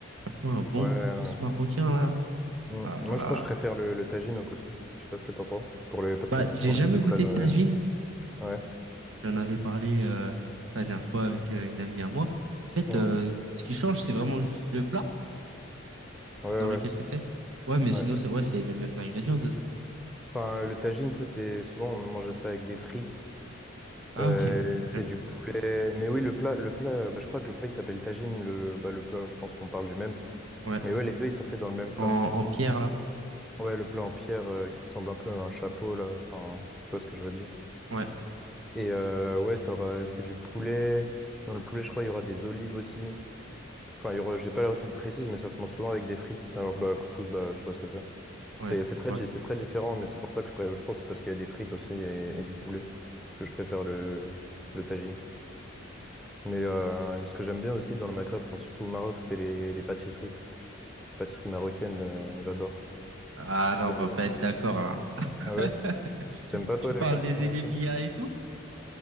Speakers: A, on the right; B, in the centre.
A: Franchement, un bon
B: Ouais,
A: couscous
B: ouais.
A: marocain, là.
B: Mm.
A: Ah
B: Moi,
A: là là.
B: je pense que je préfère
A: c'est-
B: le, le tagine au couscous. Je sais pas ce que t'en penses. Pour le, parce
A: Bah,
B: que c'est
A: j'ai
B: souvent
A: jamais
B: les deux
A: goûté
B: plats. dans-
A: de tagine.
B: Ouais.
A: J'en avais parlé euh, la dernière fois avec euh, une amie à moi. En fait,
B: Mm.
A: euh, ce qui change, c'est vraiment juste le plat
B: Ouais,
A: dans
B: ouais,
A: lequel c'est fait. Ouais, mais
B: ouais.
A: sinon, c'est ouais, c'est les mêmes ingrédients dedans.
B: Enfin, le tagine, tu sais, c'est souvent on mange ça avec des frites.
A: Ah,
B: Euh,
A: ok.
B: c'est
A: Jamais
B: du
A: goûté.
B: poulet. Mais oui, le plat, le plat, bah, je crois que le plat il s'appelle tagine. Le, bah, le plat, je pense qu'on parle du même.
A: Ouais.
B: Mais ouais, les deux ils sont faits dans le même plat.
A: En, en pierre, là.
B: Ouais, le plat en pierre euh, qui ressemble un peu à un chapeau là. Enfin, tu vois ce que je veux dire.
A: Ouais,
B: Et euh, ouais, t'auras- euh, c'est du poulet. Dans le poulet, je crois il y aura des olives aussi. Enfin, il y aura, j'ai pas la recette précise, mais ça se mange souvent avec des frites. Alors bah, couscous, bah, tu vois ce que c'est.
A: ouais,
B: C'est c'est
A: je
B: très,
A: vois,
B: di-
A: je
B: c'est
A: vois.
B: très différent, mais c'est pour ça que je, pré- je pense que c'est parce qu'il y a des frites aussi et, et du poulet que je préfère le, le tagine. Mais euh, ce que j'aime bien aussi dans le Maghreb, enfin, surtout au Maroc, c'est les, les pâtisseries. Pâtisseries marocaines, euh, j'adore.
A: Ah là,
B: C'est-
A: on va pas être d'accord là. <laughs>
B: Ah ouais? T'aimes pas
A: Tu
B: toi les
A: parles
B: pâtisseries
A: des
B: marocaines?
A: élébia et tout?